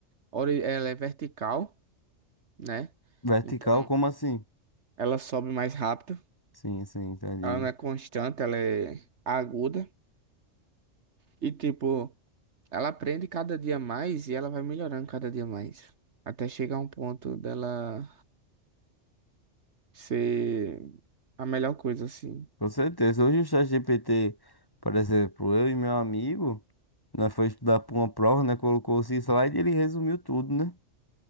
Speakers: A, on the right; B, on the left.
A: ori- ela é vertical, né?
B: Vertical,
A: Então,
B: como assim?
A: ela sobe mais rápido,
B: Sim, sim, entendi.
A: ela não é constante, ela é aguda. E, tipo, ela aprende cada dia mais e ela vai melhorando cada dia mais. Até chegar a um ponto dela ser a melhor coisa, assim.
B: Com certeza. Hoje o ChatGPT, por exemplo, eu e meu amigo, nós foi estudar para uma prova, né? Colocou esse slide e ele resumiu tudo, né?